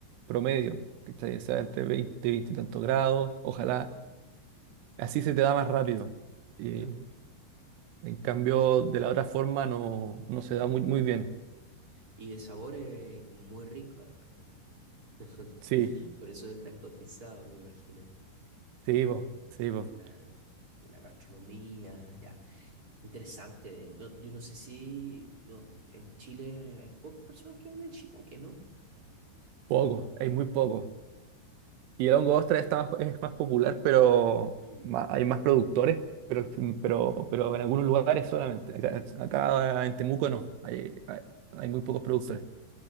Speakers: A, on the right; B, on the right.
A: promedio, ¿cachai? O sea, entre 20 veinte y tantos grados, ojalá. Así se te da más rápido. Eh,
B: Ya.
A: en cambio, de la otra forma no, no se da muy, muy bien.
B: Y de sabor es muy rico, además. <laughs>
A: Sí,
B: Por eso es tan cotizado, me imagino.
A: Sí, po, sí, po.
B: Pues la, la gastronomía, ya. Qué interesante. No- yo no sé si no, en Chile hay pocas personas que venden shiitake, ¿no?
A: Poco, hay muy poco. Y el hongo ostra está más, es más popular, pero
B: Mm.
A: ma- hay más productores, pero, pero, pero en algunos lugares solamente. Acá, acá en Temuco no, hay, hay, hay muy pocos productores.